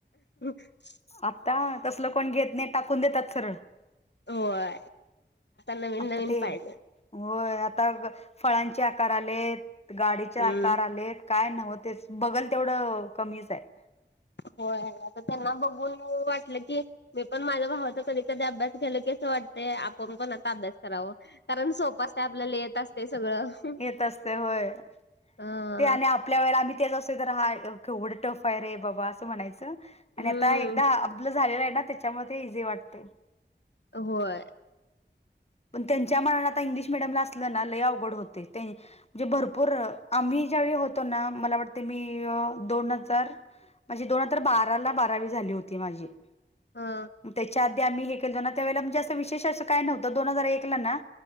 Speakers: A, on the left; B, on the left.
A: <inaudible>
B: आत्ता तसल कोण घेत नाही टाकून देतात सरळ
A: होय नवीन
B: आता
A: नवीन
B: ते
A: पाहिजे
B: होय आता फळांचे आकार आले गाडीचे
A: हम्म
B: आकार आलेत काय नव्ह तेच बघल तेवढं कमीच आहे
A: होय तर त्यांना बघून वाटलं की मी पण माझ्या भावाचा कधी -कधी अभ्यास घ्यालोकी असं वाटतय आपण पण आता अभ्यास कराव कारण सोप्प असतयच आपल्याला येत असतय सगळं
B: येेत असतय होय
A: हं..
B: ते आणि आपल्या वेळेला आम्ही तेच असतो तर हा केवढं टफ आहे रे बाबा असं म्हणायचं आणि
A: हम्म
B: आता एकदा असलं झालेला आहे ना त्याच्यामुळे ते इझी वाटतय
A: होय
B: पण त्यांच्या मानान आता इंग्लिश मिडियमला असलं ना लय अवघड होतय‌ ते म्हणजे भरपूर आम्ही ज्यावेळी होतो ना मला वाटते मी दोन हजार म्हणजे दोन हजार बाराला बारावी झाली होती माझी
A: हा
B: त्याच्या आधी आम्ही हे केलतो ना त्या वळेला म्हणजे असं विशेष असं काय नव्हतं दोन हजार एकला ना